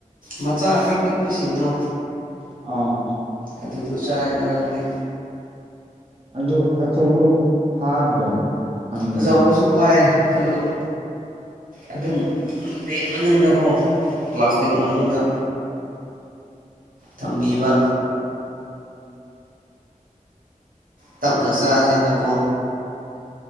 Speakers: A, on the right (about 85°); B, on the right (about 45°).
A: ꯃꯆꯥ ꯈꯔ ꯄꯤꯛꯄꯁꯤꯡꯗꯣ
B: ꯑꯥ
A: ꯑꯗꯨꯗꯨ ꯆꯥꯏ ꯉꯔꯥꯡꯗꯤ
B: ꯑꯣ ꯑꯆꯧꯕ ꯐꯥꯗ꯭ꯔꯣ ꯐꯪꯗ꯭ꯔꯣ
A: ꯑꯆꯧꯕꯁꯨ ꯐꯥꯏ ꯑꯗꯨ ꯑꯗꯨꯝ ꯕꯦꯛ ꯃꯅꯨꯡꯗ ꯀꯣ ꯄ꯭ꯂꯥꯁꯇꯤꯛ ꯃꯅꯨꯡꯗ ꯊꯝꯕꯤꯕ ꯇꯞꯅ ꯆꯥꯥꯁꯦꯅꯀꯣ